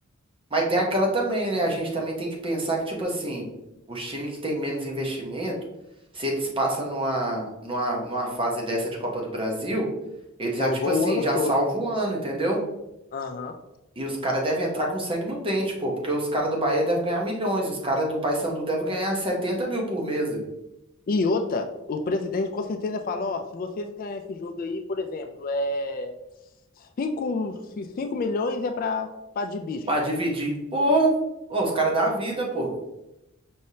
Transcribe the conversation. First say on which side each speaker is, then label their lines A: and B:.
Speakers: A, on the right (about 25°); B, on the left (about 45°).
A: Mas tem aquela também, né? A gente também tem que pensar que, tipo assim, os times que têm menos investimento, se eles passam numa, numa, numa fase dessa de Copa do Brasil, eles já,
B: salvou
A: tipo assim,
B: o ano
A: já
B: todo.
A: salvam o ano, entendeu?
B: Aham.
A: E os caras devem entrar com sangue no dente, pô, porque os caras do Bahia devem ganhar milhões, os caras do Paysandu devem ganhar setenta mil por mês, véi,
B: E outra, o presidente com certeza fala, ó, se vocês ganharem esse jogo aí, por exemplo, é cinco cinco milhões é pra, pra de bicho.
A: pra dividir. Pô, ô, os caras da vida, pô.